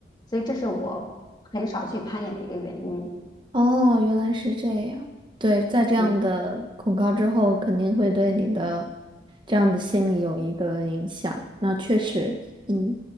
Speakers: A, on the left; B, on the right.
A: 所以这是我很少去攀岩的一个原因。
B: 哦，原来是这样。对，在这样的恐高之后，
A: 嗯。
B: 肯定会对你的这样的心理有一个影响。那确实，嗯，